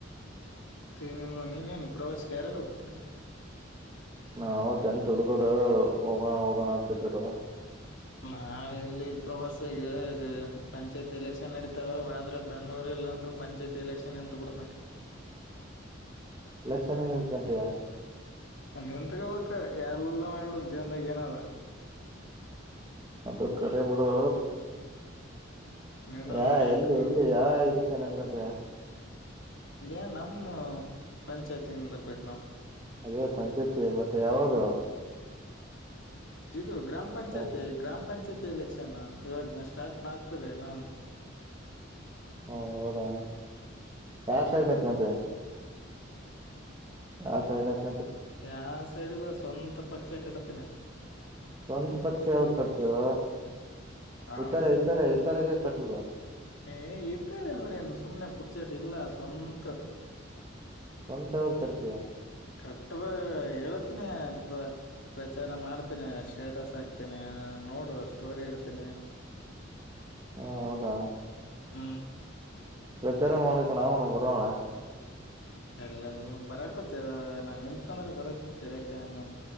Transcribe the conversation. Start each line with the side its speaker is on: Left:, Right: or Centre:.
Left: ್ರೆನಲ್ಲ <unintelligible> ನೀ ನನ್ ಪ್ರವಾಸ ಕಾರೆ ರೊಕ್ತರ
Right: ನಾವು ಟೆಂತ್ ಹುಡ್ಗರು ಹೋಗೋಣ ಹೋಗೋಣ ಅಂತಿದರು
Left: ನಾ ಎಲ್ಲಿ ಪ್ರವಾಸ ಈಗ ಪಂಚಾಯತಿ ಎಲೆಕ್ಷನ್ ನಡೀತಾವ ಆದದ್ರೆ ಬೆಂಗಳೂರು ಎಲ್ಲ ಅಂದ್ರರು ಪಂಚಾಯತಿ ಎಲೆಕ್ಷನ್ ಎಂತ ಬಿಿಡ್ತ ಮ <unintelligible>
Right: ಲಲ್ಲರ್ ಚೆನ್ನಾಗಿ ನಿಲ್ಂತಂತಿದಾ <unintelligible>
Left: ನಿತ್ಗ್ಕ್ ಎಲ್ಲ ಮಾಡಿಬ ಬಿಡಕ್ ಜೀವನ್ದಾಗ ಏನದ
Right: ಅದು ಕರೆ ಬಿಡು
Left: ನಿಂದ್ರಬೇಕ್
Right: ಯಾ
Left: ಯಾಕ
Right: ಎಲ್ಲಿ ಎಲ್ಲಿ ಯಾ ಇದಕ್ಕೆ ಏನಂತಕಂತಯ
Left: ಇದ್ಯಾ ನಮ್ಮ ಪಂಚಾಯತಿಿಂದಿರ್ಬೇಕು ನಾವವು
Right: ಅದೇ ಪಂಚಾಯತಿ ಮತ್ತೆ ಯಾವಾಗ
Left: ಇದು ಗ್ರಾಮ ಪಂಚಾಯತಿ
Right: ಓ
Left: ಗ್ರಾಮ ಪಂಚಾಯತಿ ಎಲೆಕ್ಷನ್ ಇವಾಗನ ಸ್ಟಾರ್ಟ್ ಆಗ್ತದೆ ಇನ್ನ
Right: ಹ ಹೌದು ಯಾರ್ ಸೈಡ್ ನಿಂತಕೋತಿ ಯಾರ್ ಸೈಡ್ <unintelligible>
Left: ಯ ಸೈಡ್ ಇಲ್ಲ ಸ್ವಂತ ಪಕ್ಷ ಕಟ್ಟತೇನಿ <unintelligible>
Right: ಸ್ವಂತ ಪಕ್ಷ ಯಾವ್ದ್ ಕಟ್ತೀಯೋ
Left: <unintelligible> <inaudible> ಹಾ
Right: ಇತರ ಇತರ ಇತರಗೆ ಕಟ್ಟುದ
Left: ಏ ಇತಾರ ಅಂದ್ರೆ ಏನ್ ಸುಮ್ನೆ ಪುತ್ ಕ <unintelligible> ಸ್ವಂತ
Right: <unintelligible> ಯಾವಾಗ ಕಟ್ಟತಿಯ
Left: ಕಟ್ಟಬ ಹೇಳ್ತೀನಿ ಪ್ರ ಪ್ರಚಾರ ಮಾಡ್ತೇನಿ ಸ್ಟೇಟಸ್ ಹಾಕ್ತೀನಿ ನೋಡು ಅಷ್ಟ ಸ್ಟೋರಿ ಇಡ್ತೀನಿ
Right: ಹೊ ಹೌದಾ
Left: ಹ್ಮ
Right: ಪ್ರಚಾರ ಮಾಡಕ್ಕೆ ನಾವು ನು ಬರೋಣ
Left: ಎಲ್ಲೆ ಬರಕತ್ತಿ ನಾನ್ ನಿಂತಂದ್ರೆ ಬರಕತ್ತಿ ಇಲೆಕ್ಷನ್